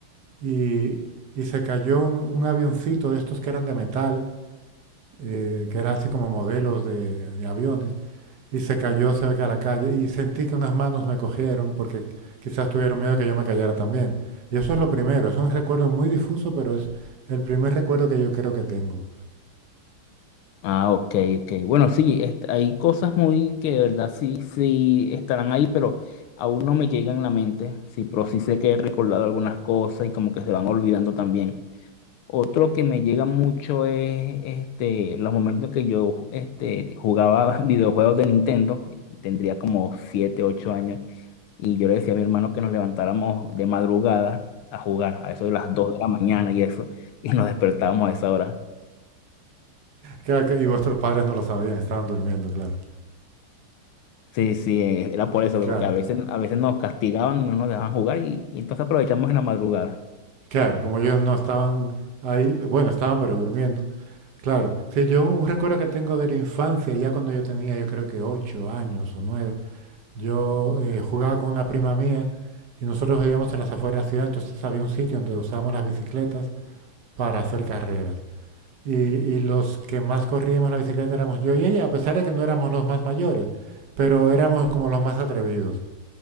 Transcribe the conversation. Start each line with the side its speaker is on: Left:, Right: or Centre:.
Right: Y, y se cayó un, un avioncito de estos que eran de metal, eh, que era así como modelos de de aviones. y se cayó cerca de la calle y sentí que unas manos me cogieron porque quizás tuvieron miedo de que yo me cayera también. Y eso es lo primero, es un recuerdo muy difuso, pero es el primer recuerdo que yo creo que tengo.
Left: Ah, ok, ok. Bueno, sí, est- hay cosas muy que de verdad sí, sí estarán ahí, pero aún no me llegan a la mente. Sí, pero sí sé que he recordado algunas cosas y como que se van olvidando también. Otro que me llega mucho es este, los momentos que yo este, jugaba <laughs> videojuegos de Nintendo, tendría como 7 8 años, y yo le decía a mi hermano que nos levantáramos de madrugada a jugar, a eso de las 2 de la mañana y eso, <laughs> y nos despertábamos a esa hora.
Right: Claro que- y vuestros padres no lo sabían, estaban durmiendo, claro.
Left: Sí, sí, eh, era por
Right: Eh,
Left: eso,
Right: Claro,
Left: porque a veces, a veces nos castigaban y no nos dejaban jugar, y, y entonces aprovechamos en la madrugada.
Right: claro, como ellos no estaban ahí, bueno, estaban pero durmiendo. Claro, sí, yo un, un recuerdo que tengo de la infancia, ya cuando yo tenía, yo creo que ocho años o nueve, Yo eh, jugaba con una prima mía y nosotros vivíamos en las afueras de la ciudad, entonces había un sitio donde usábamos las bicicletas para hacer carreras. Y, y los que más corríamos la bicicleta éramos yo y ella, a pesar de que no éramos los más mayores, pero éramos como los más atrevidos.